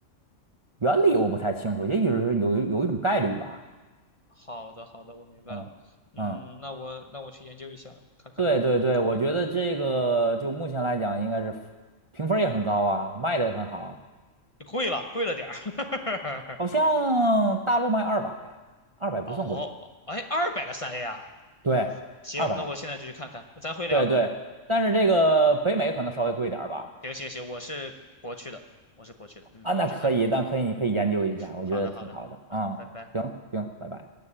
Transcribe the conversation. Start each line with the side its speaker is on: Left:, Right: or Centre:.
Right: 原理我不太清楚，也许是有有一种概率吧。
Left: 好的，好的，我明白了。
Right: 嗯嗯。
Left: 嗯，那我那我去研究一下，看看能不能搞一个。
Right: 对对对，我觉得这个就目前来讲，应该是评分儿也很高啊，卖的也很好，
Left: 贵了，贵了点儿。<laughs>
Right: 好像大陆卖二百，二百不算贵，
Left: 哦，哎，二百的三 A 啊，
Right: 对，
Left: 行，
Right: 二百，
Left: 那我现在就去看看。那咱回聊。
Right: 对对，但是这个北美可能稍微贵点儿吧，
Left: 行行行，我是国区的，我是国区的。嗯，
Right: 啊，
Left: 那我去看看。
Right: 那可以，但可以，你可以研究一下，我觉得挺好的啊，
Left: 好的，好嘞。嗯，拜拜。
Right: 行行，拜拜。